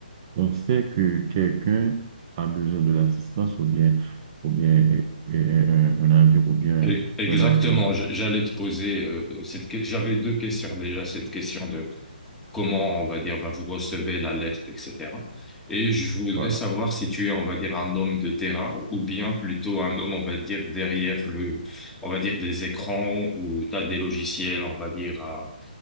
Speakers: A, on the right; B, in the centre.
A: on sait que quelqu'un a besoin de l'assistance ou bien, ou bien euh, euh, un, un avion ou bien
B: Et- Exactement.
A: un avion.
B: je- J'allais te poser euh, cette que- J'avais deux questions déjà. Cette question de comment, on va dire, bah, vous recevez l'alerte, etc. Et je voudrais
A: Voilà.
B: savoir si tu es, on va dire, un homme de terrain ou bien plutôt un homme, on va dire, derrière le, on va dire, des écrans ou t'as des logiciels, on va dire, à,